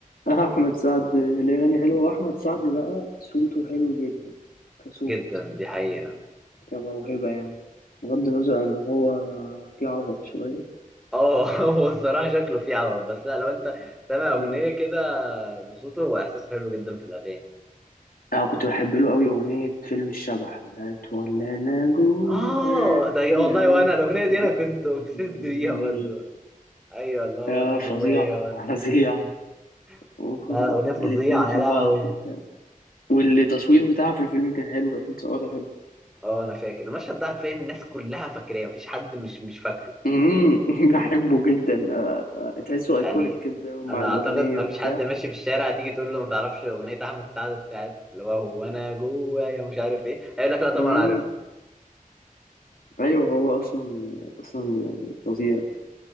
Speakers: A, on the left; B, in the centre.
A: أحمد سعد الأغاني حلوة وأحمد سعد بقى صوته حلو جدا كصوت
B: جدا دي حقيقه
A: كموهبة يعني بغض النظر إن هو في عبط شوية
B: اه <laughs> هو الصراحه شكله فيه عوض بس لا لو انت سامع اغنيه
A: آه.
B: كده بصوته هو احساس حلو جدا في الاغاني
A: أنا كنت بحب له أوي أغنية فيلم الشبح بتاعت ولا أنا جوايا
B: اه ده والله
A: و-
B: وانا الاغنيه دي
A: فاكر؟
B: انا كنت اوبسيسد
A: دي
B: بيها برضو ايوه والله
A: آه
B: وانا جوايا
A: فظيع
B: وانا
A: فظيع
B: مم.
A: <laughs>
B: لا لا اغنيه فظيعه
A: الاتنين في
B: يا لهوي
A: بعض وبتاع والتصوير بتاعها في الفيلم كان حلو كانت متصورة حلو
B: اه انا فاكر المشهد ده عارفين الناس كلها فاكراه مفيش حد مش مش فاكره
A: مم، <laughs> بحبه جدا آه، آه، تحسه ايكونيك
B: يعني
A: كده مع
B: انا
A: الأغنية
B: اعتقد مفيش
A: وبتاع
B: حد ماشي في الشارع هتيجي تقول له ما تعرفش اغنيه احمد سعد بتاعت اللي هو هو انا جوايا ومش عارف ايه هيقول لك لا طبعا
A: مم،
B: عارفها
A: ايوه هو اصلا اصلا يعني فظيع